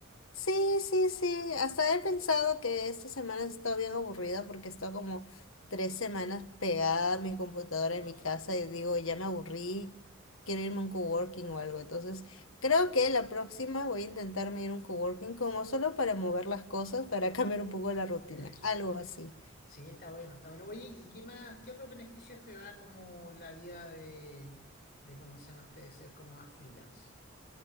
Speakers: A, on the left (about 75°); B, on the left (about 50°).
A: Sí, sí, sí. Hasta he pensado que esta semana he estado bien aburrida porque he estado como tres semanas pegada a mi computadora
B: Oh,
A: en mi casa y digo, ya me aburrí, quiero irme a un coworking o algo. Entonces, creo que la próxima voy a intentarme ir a un coworking como solo para mover las cosas, para <laughs> cambiar un poco la rutina,
B: eso.
A: algo así.
B: Sí, está bueno, está bueno. Oye, ¿y qué más, qué otros beneficios te da como la vida de, de cómo se llama este, de ser como más freelance?